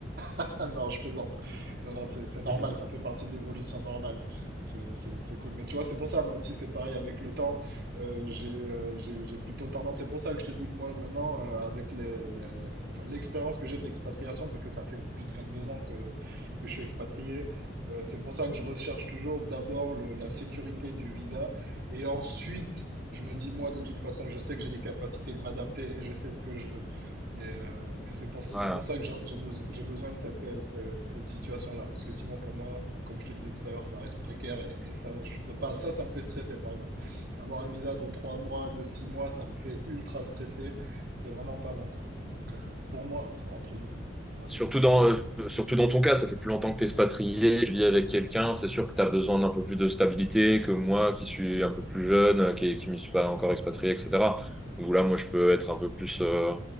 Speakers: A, on the right; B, in the centre.
A: <laughs> Non, je plaisante. Non, non, c'est c'est normal,
B: <laughs>
A: ça fait partie de l'évolution normale. C'est c'est- c'est cool. Mais tu vois, c'est pour ça, moi aussi, c'est pareil avec le temps. euh, j'ai euh, j'ai- j'ai plutôt tendance, c'est pour ça que je te dis que moi, maintenant, euh, avec les- les- les- enfin, l'expérience que j'ai de l'expatriation, parce que ça fait plus de 22 ans que, que je suis expatrié, euh, c'est pour ça que je recherche toujours d'abord le- la sécurité du visa. Et ensuite, je me dis, moi, de toute façon, je sais que j'ai les capacités de m'adapter et je sais ce que je veux. Mais, euh, mais c'est pour, c'est
B: Voilà.
A: pour ça que j'ai j'ai beso- j'ai besoin de cette, euh, ce- cette, situation-là, parce que sinon, pour moi, comme je te disais tout à l'heure, ça reste précaire et, et ça, je peux pas. Ça, ça me fait stresser, par exemple. Avoir un visa de trois mois, de six mois, ça me fait ultra stresser. C'est vraiment pas bon, quoi. Donc, euh, pour moi, entre, entre guillemets. Voilà.
B: Surtout dans, euh, surtout dans ton cas, ça fait plus longtemps que tu es expatrié, tu vis avec quelqu'un, c'est sûr que tu as besoin d'un peu plus de stabilité que moi qui suis un peu plus jeune, euh, qui ne m'y suis pas encore expatrié, etc. Donc là, moi, je peux être un peu plus euh,